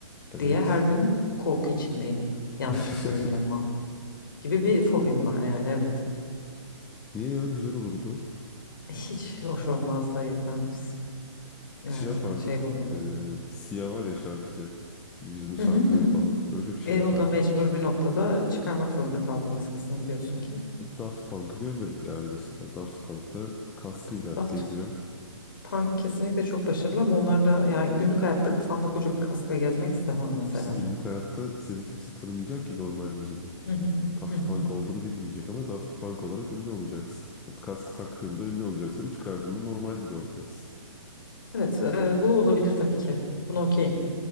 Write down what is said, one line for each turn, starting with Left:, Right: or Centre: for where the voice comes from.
Centre: Evet.
Left: diye her gün korku içindeyim. Yanlışlıkla
Centre: <laughs>
Left: ünlü olma gibi bir fobim var yani evet.
Centre: Niye ya güzel olurdu.
Left: Hiç hoş olmaz da hayır ben hiç, eee,
Centre: Şey yapardık.
Left: şey bulmuyorum.
Centre: E, Sia var ya şarkıcı. Yüzünü saklıyor
Left: Hı hı hı.
Centre: falan. Öyle bir şey
Left: E,
Centre: yapardık.
Left: o da mecbur bir noktada çıkarmak zorunda kaldı maskesini biliyorsun ki.
Centre: O Daft Punk'ı görmedik yani mesela. Daft Punk'ta kaskıyla
Left: Daft
Centre: geziyor.
Left: Punk kesinlikle çok başarılı ama onlar da yani günlük hayatta kafamda koca bir kaskla gezmek istemem mesela.
Centre: İşte günlük hayatta seni kimse tanımayacak ki normal yüzünü.
Left: Hı hı.
Centre: Daft
Left: Hı hı.
Centre: Punk olduğunu bilmeyecek ama Daft Punk olarak ünlü olacaksın. Kaskı taktığında ünlü olacaksın ama çıkardığında normal biri olacaksın.
Left: Evet, e, bu olabilir tabii ki. Buna okeyim.